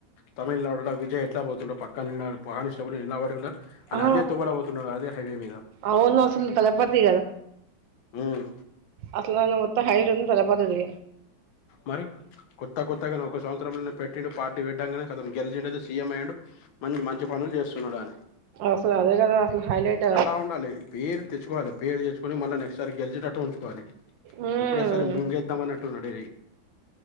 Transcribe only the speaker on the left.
తమిళనాడుల విజయ్ ఇట్లా పోతుండు పక్కన ఉన్న కానిస్టేబుల్ నీలబడి ఉండ అనే
అదే తొవ్వల పోతున్నారు అదే హైవే మీద
ఉమ్
మరి కొత్త కొత్తగానే ఒక సంవత్సరంలనే పెట్టిండు పార్టీ పెట్టంగానే కతం గెలిచిండు సీఎం అఇండు మన్ మంచి పను లు చేస్తున్నాడయనే
అలా ఉండాలి పేరు తెచ్చుకోవాలి పేరు తెచ్చు కొని మళ్ళీ నెక్స్ట్ సారి గెలిచేటట్టు ఉంచుకోవాలి
ఒకటేసారి మింగేద్దాం అన్నటు నడి